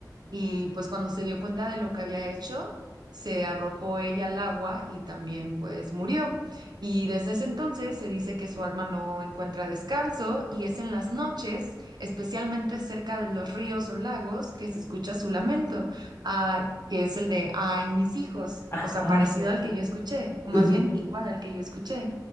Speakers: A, on the right; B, on the left.
A: y pues cuando se dio cuenta de lo que había hecho, se arrojó ella al agua y también pues murió. Y desde ese entonces se dice que su alma no encuentra descanso y es en las noches, especialmente cerca de los ríos o lagos, que se escucha su lamento, ah, que es el de, ay, mis hijos,
B: Ah,
A: o sea,
B: ay,
A: parecido al que yo escuché, o más
B: no.
A: bien igual al que yo escuché.